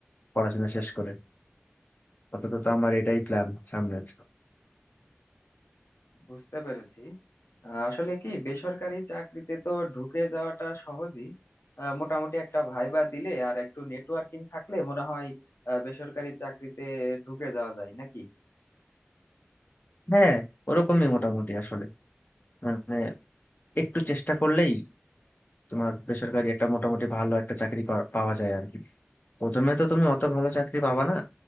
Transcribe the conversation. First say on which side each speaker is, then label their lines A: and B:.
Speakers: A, on the left; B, on the left.
A: পড়াশোনা শেষ করে অন্তত তো আমার এটাই প্ল্যান সামনের
B: বুঝতে পেরেছি আহ, আসলে কি বেসরকারি চাকরিতে তো ঢুকে যাওয়াটা সহজই আহ, মোটামুটি একটা ভাইবা দিলে আর একটু নেটওয়ার্কিং থাকলে মনে হয় আহ, বেসরকারি চাকরিতে ঢুকে যাওয়া যায় নাকি
A: হ্যাঁ ওরকমই মোটামুটি আসলে মানে একটু চেষ্টা করলেই তোমার বেসরকারি একটা মোটামুটি ভালো একটা চাকরি করা- পাওয়া যায় আর কি প্রথমে তো তুমি অত ভালো চাকরি পাবা না